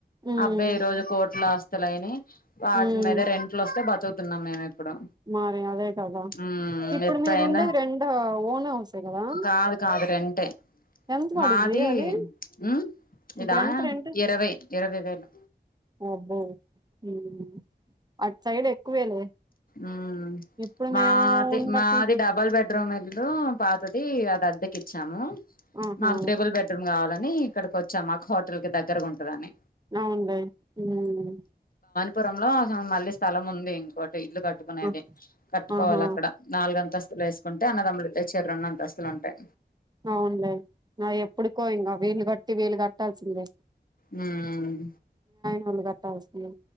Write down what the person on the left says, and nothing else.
అవే ఈ రోజు కోట్ల ఆస్తులైనాయ్ వాటి
మీద రెంట్లు వస్తే బతుకుతున్నాం మేము పుడు
ఉమ్
ఎప్పుడైనా
కాదు కాదు రెంటే
మాది
ఉమ్
ఇదా
ఇరవై ఇరవై వేలు
ఉమ్
మాది
మాది డబల్ బెడ్ రూమ్ ఇల్లు పాతది అది అద్దకి ఇచ్చాము,
మాకు ట్రిబుల్ బెడ్రూమ్ కావాలని ఇక్కడికి వచ్చాము మాకు హోటల్ కి దగ్గరగా ఉంటదని
పురంలో మళ్లీ స్థలం ఉంది ఇంకోటి ది ఇల్లు కట్టుకునేది
కట్టుకోవాలి
అక్కడ నాలుగుంతస్తులు ఎసు కుంటే అన్నదమ్ములు చేరీ రెండు అంతస్తులు ఉంటాయి
ఉమ్